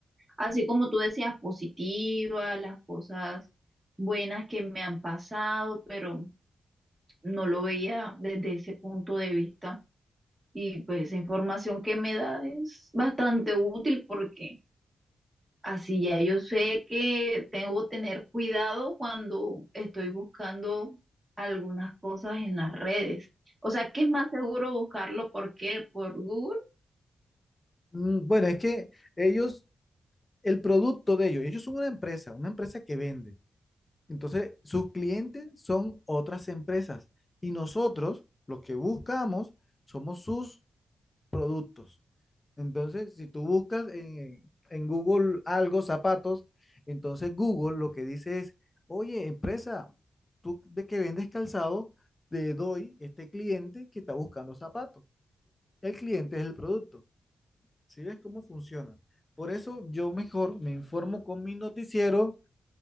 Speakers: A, on the right; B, on the left.
A: así como tú decías, positivas, las cosas buenas que me han pasado, pero no lo veía desde ese punto de vista. Y pues esa información que me da es bastante útil porque Así ya yo sé que tengo que tener cuidado cuando estoy buscando algunas cosas en las redes. O sea, que es más seguro buscarlo por qué? ¿Por Google?
B: Mm, Bueno, es que ellos, el producto de ellos, ellos son una empresa, una empresa que vende. Entonces, sus clientes son otras empresas y nosotros, los que buscamos, somos sus productos. Entonces, si tú buscas en, en Google algo, zapatos, entonces Google lo que dice es, oye, empresa, tú de que vendes calzado, te doy este cliente que está buscando zapatos. El cliente es el producto. ¿Sí ves cómo funciona? Por eso yo mejor me informo con mi noticiero,